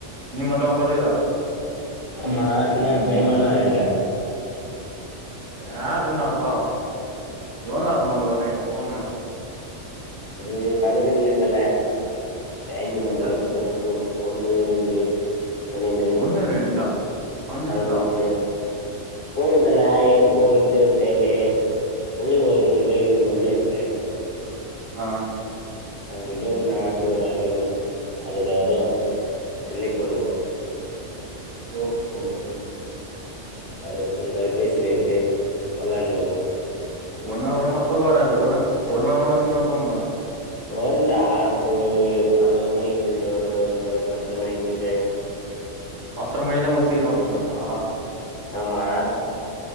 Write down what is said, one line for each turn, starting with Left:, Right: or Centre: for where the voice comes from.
Right: நீமட்டுமா படுகர
Left: ஆமா ன்ன பயமாலா இல்லைங்க
Right: கேட்டணப்பா எவ்ள நேர நோண்டுவ நைட்டு ஃபோனு
Left: அது கணக்கு இல்ல தல டைமிங்
Right: முடியாது
Left: நம்மளுக்கு எப்பத்த தோணுது ஒன்னு ரெண்டு பன்ணெண்டு
Right: னு ரெண்டா பன்னெண்டா
Left: பதினொன்னு போயி்டு ந்தல எப்டி போகுது தெரியாது டைமு புள்ளைங்க ஒரு மூணு பேருக்குது மொபைலைஸ்ல
Right: அ
Left: அந்த கேம் நாடு வேற கேமே அதுல வரும் ப்ச் என்ன பண்ணுவோம்
Right: ஒஹோ
Left: அதுல கொஞ்சம் நாள் பேசி நின்ட்டு வெளாண்டுனு வருவோம்
Right: ஒரு நாள் கூட ம தூக்கம் வராது ஒரு நாள் ஒரு நாள் கூட வா சீக்கிரமா தூங்க மாட்டா
Left: வருண்டா ஒரு பதினோரு மணிக்கு தூங்கிடுவேன்னு ஒரு நாளு பத்தர மணிக்கு தூங்கிடுவேன்
Right: பத்தர மணிதான் ஒங்களுக் சீக்ரமா தூங்ரதா
Left: ஆமா